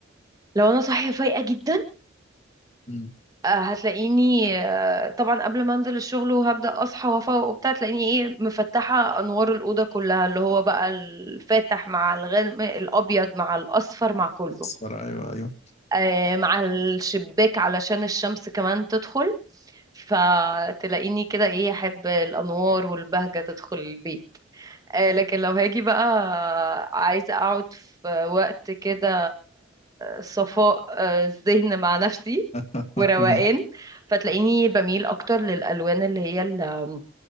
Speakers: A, on the right (about 20°); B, on the left (about 35°).
A: لو انا صاحيه فايقه جدا
B: مم.
A: آه، هتلاقيني آه، طبعا قبل ما انزل الشغل وهبدأ اصحى وافوق وبتاع تلاقيني ايه مفتحة انوار الأوضة كلها اللي هو بقى الفاتح مع الغامق الابيض مع الاصفر مع كله
B: اصفر ايوه ايوه
A: آه، مع الشباك علشان الشمس كمان تدخل فتلاقيني كده ايه احب الانوار والبهجة تدخل البيت آه، لكن لو هاجي بقى عايزة أقعد في وقت كده صفاء آه، الذهن مع نفسي
B: <laughs>
A: وروقان فتلاقيني بميل أكتر للألوان اللي هي ال-